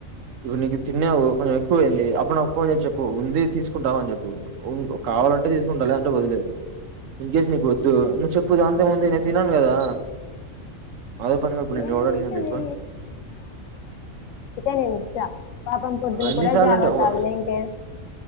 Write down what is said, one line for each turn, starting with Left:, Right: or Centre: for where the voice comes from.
Right: ఇప్పుడు నీకు తిన్నావు కొంచెం ఎక్కువ అయింది అప్పుడు నాకుఫోన్ చేసి చెప్పు ఉంది తీసుకుంటావ అని చెప్పు కావాలంటే తీసుకుంటా లేదంటే వదిలేయ్ ఇన్ కేస్ నీకు వద్దు నువ్వు చెప్పు దానిదేముంది నేను తినను గదా అదే పనిగా నిన్ను
Left: ఏమిటది
Right: యెవడడిగిండు చెప్పు
Left: నేనిచ్చ పాపం పొద్దున
Right: ఎన్నిసార్లు
Left: కూడా జావా
Right: అంటే ఒక
Left: తాగలేంక